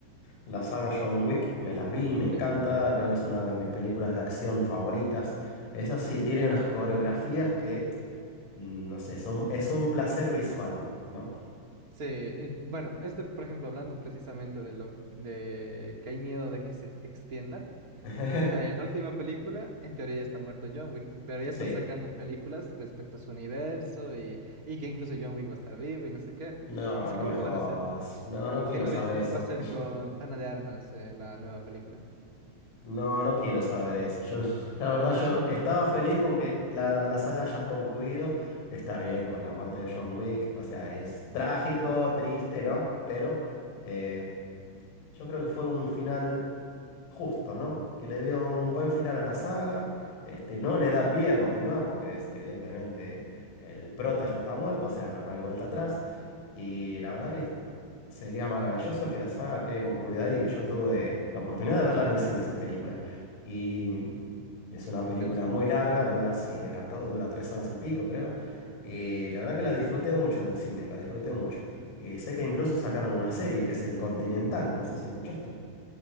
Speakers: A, on the left (about 80°); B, on the right (about 30°).
A: La saga John Wick me las vi, me encanta,
B: Sí.
A: creo que es una de mis películas de acción favoritas. Eso sí, tiene unas coreografías que, mm, no sé, son, es un placer visual, ¿no?
B: Sí, en- bueno, este, por ejemplo, hablando precisamente de lo de que hay miedo de que se extiendan.
A: <laughs>
B: eh, la última película, en teoría ya está muerto John Wick, pero ya
A: Sí,
B: están sacando películas respecto a su universo y, y que incluso John Wick va a estar vivo y no sé qué.
A: no,
B: No sé
A: no
B: cómo
A: me jodas,
B: lo van a hacer.
A: no, no quiero
B: Si no
A: saber
B: viste,
A: eso,
B: va a ser con Ana de Armas, eh, la nueva película.
A: no, no quiero saber eso. Yo, la verdad, yo
B: <laughs>
A: estaba feliz con que la, la saga haya concluido, está bien con la muerte de John Wick, o sea, es trágico, triste, ¿no? Pero eh, yo creo que fue un final justo, ¿no? Que le dio un buen final a la saga, este, no le da pie a continuar porque es- evidentemente el prota ya está muerto, o sea, no, no hay vuelta atrás. Y la verdad que sería maravilloso que la saga quede concluida ahí. Yo tuve la oportunidad de verla en el cine, esa película. Y
B: Mm,
A: es una película
B: ¿Te gustó?
A: muy larga, dura, sí, me encantó, dura tres horas y pico, creo. Y la verdad que la disfruté mucho en el cine, la disfruté mucho. Y sé que incluso sacaron una serie que es El Continental, no sé si escuchaste.